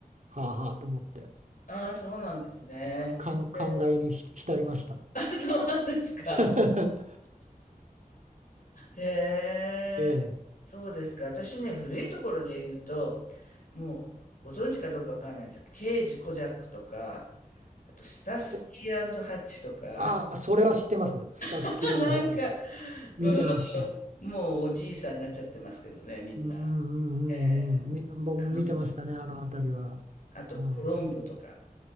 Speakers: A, on the right; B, on the left.
A: はあはあと思って
B: ああ、そうなんですね。
A: かん感慨にひ浸りました。
B: ええ、あ、そうなんですか。
A: <laughs>
B: へえ、
A: ええ
B: そうですか。私ね、古いところで言うと、もうご存知かどうかわかんないですけど、刑ジ・コジャックとか、あとスタスキーハッチとか、
A: こ、ああ、それは知ってます。スタスキーハチ。
B: <laughs> なんか、
A: 見てました。
B: うん、もうおじいさんになっちゃってますけどね、みんな。
A: うんうんうんうん。
B: ええ、
A: み僕も見てましたね、
B: あの、見て
A: あの辺りは。
B: あとコロンボとか。
A: うん、